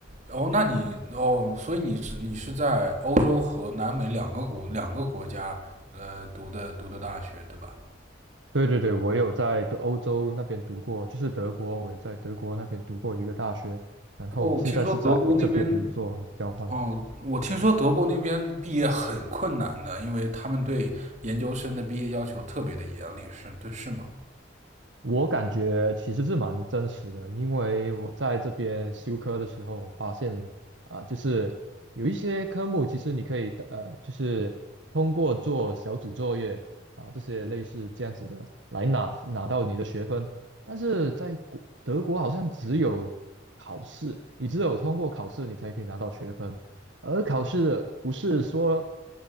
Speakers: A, on the right (about 40°); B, on the right (about 75°).
A: 哦，那你哦，所以你是你是在欧洲和南美两个国两个国家呃读的读的大学对吧？
B: 对对对，我有在德欧洲那边读过，就是德国，我有在德国那边读过一个大学，然后现在是在这边做交换。
A: 哦，听说德国那边哦，我听说德国那边毕业很困难的，因为他们对研究生的毕业要求特别的严厉，是对是吗？
B: 我感觉其实是蛮真实的，因为我在这边修科的时候，我发现啊、就是有一些科目其实你可以呃，就是通过做小组作业啊、这些类似这样子的来拿拿到你的学分，但是在国德国好像只有考试，你只有通过考试你才可以拿到学分，而考试不是说